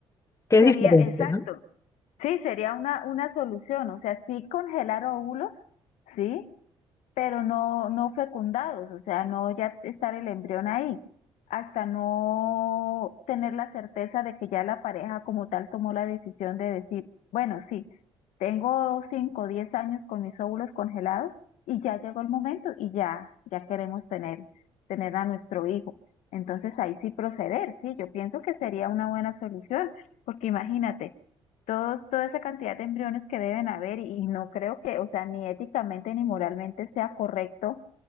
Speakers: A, on the left; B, on the left.
A: que
B: sería,
A: es diferente,
B: exacto.
A: ¿no?
B: Sí, sería una, una solución. O sea, sí congelar óvulos, sí, pero no, no fecundados, o sea, no ya estar el embrión ahí, hasta no tener la certeza de que ya la pareja como tal tomó la decisión de decir, bueno, sí, tengo 5 o 10 años con mis óvulos congelados y ya llegó el momento y ya, ya queremos tener, tener a nuestro hijo. Entonces ahí sí proceder, sí, yo pienso que sería una buena solución, porque imagínate, todos, toda esa cantidad de embriones que deben haber y y no creo que, o sea, ni éticamente ni moralmente sea correcto,